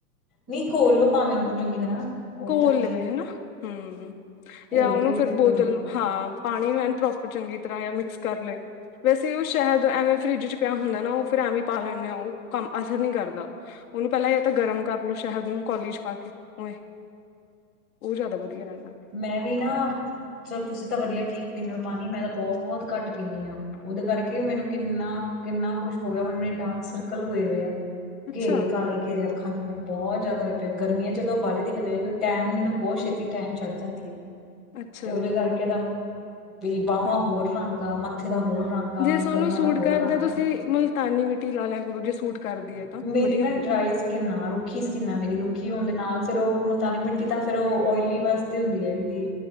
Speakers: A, in the centre; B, on the left.
A: ਨਹੀਂ ਘੋਲ ਲੋ ਭਾਵੇਂ ਉਹਨੂੰ ਚੰਗੀ ਤਰ੍ਹਾਂ। ਹੋਰ
B: ਘੋਲ
A: ਤਾਂ ਕੀ
B: ਲਵੇ
A: ਹੈ
B: ਹਨਾ ਹੂੰ
A: ਘੋਲ
B: ਜਾਂ ਉਹਨੂੰ
A: ਕੇ ਵੀ
B: ਫੇਰ
A: ਸੈੱਟ
B: ਬੋਤਲ
A: ਹੋਜੂ
B: ਨੂੰ। ਹਾਂ ਪਾਣੀ ਨੂੰ ਐਨ ਪ੍ਰੋਪਰ ਚੰਗੀ ਤਰ੍ਹਾਂ ਜਾਂ ਮਿਕਸ ਕਰ ਲਏ। ਵੈਸੇ ਉਹ ਸ਼ਾਇਦ ਐਵੇਂ ਫਰਿੱਜ 'ਚ ਪਿਆ ਹੁੰਦਾ ਨਾ ਉਹ ਫਿਰ ਐਵੇਂ ਪਾ ਲੈਣੈ ਉਹ ਕੰਮ ਅਸਰ ਨਹੀਂ ਕਰਦਾ। ਉਹਨੂੰ ਪਹਿਲਾਂ ਜਾਂ ਤਾਂ ਗਰਮ ਕਰਲੋ ਸ਼ਹਿਦ ਨੂੰ ਕੌਲੀ 'ਚ ਪਾ ਕੇ ਉਵੇਂ। ਉਹ ਜ਼ਿਆਦਾ ਵਧੀਆ ਰਹਿੰਦਾ ਹੈ।
A: ਮੈਂ ਵੀ ਨਾ ਚਲੋ ਤੁਸੀਂ ਤਾਂ ਵਧੀਆ ਠੀਕ ਪੀਂਦੇ ਹੋ ਪਾਣੀ ਮੈਂ ਤਾਂ ਬਹੁਤ ਘੱਟ ਪੀਂਨੀ ਹਾਂ। ਉਹਦੇ ਕਰਕੇ ਮੈਨੂੰ ਕਿੰਨਾ ਕਿੰਨਾ ਕੁਛ ਹੋ ਗਿਆ ਹੁਣ ਮੇਰੇ ਡਾਰਕ ਸਰਕਲ ਹੋਏ ਹੋ ਆ
B: ਅੱਛਾ
A: ਘੇਰੇ ਕਾਲੇ ਘੇਰੇ ਖਾਂਣਦੇ ਮਿਆ ਬਹੁਤ ਜ਼ਿਆਦਾ ਹੋਏ ਪਿਆ ਗਰਮੀਆਂ ਚ ਜਦੋਂ ਬਾਹਾਲੇ ਦਿਖਦੇ ਹੋ ਕਿ ਟੈਣ ਮੈਨੂੰ ਬਹੁਤ ਛੇਤੀ ਟੈਣ ਚੜ ਜਾਂਦੀ ਹੈ
B: ਅੱਛਾ
A: ਤੇ ਉਹਦੇ
B: ਜੀ
A: ਕਰਕੇ ਤਾਂ ਵੀ ਬਾਹਵਾਂ
B: ਹਾਂ
A: ਹੋਰ ਰੰਗ ਆ ਮੱਥੇ ਦਾ ਹੋਰ ਰੰਗ ਆ
B: ਜੇ ਤੁੋਨੂੰ
A: ਗੱਲਾਂ
B: ਸੂਟ
A: ਦਾ ਹੋਰ
B: ਕਰਦਾ
A: ਰੰਗ
B: ਤੁਸੀਂ
A: ਆ
B: ਮੁਲਤਾਨੀ ਮਿੱਟੀ ਲਾ ਲਿਆ ਕਰੋ ਜੇ ਸੂਟ ਕਰਦੀ ਹੈ ਤਾਂ
A: ਮੇਰੀ
B: ਵਧੀਆ
A: ਨਾ ਡਰਾਾਈਸ
B: ਹੁੰਦੀ
A: ਕਿਨਾ ਰੁੱਖੀ ਸਕਿੰਨਾ ਮੇਰੀ ਰੁੱਖੀ ਹੋਣ ਦੇ ਨਾਲ ਫੇਿਰ ਉਹ ਮੁਤਾਾਨੀ ਮਿੱਟੀ ਤਾਂ ਫੇਿਰ ਉਹ ਓਇਲੀ ਵਾਸਤੇ ਹੁੰਦੀ ਹੈ ਜਿਹਦੀ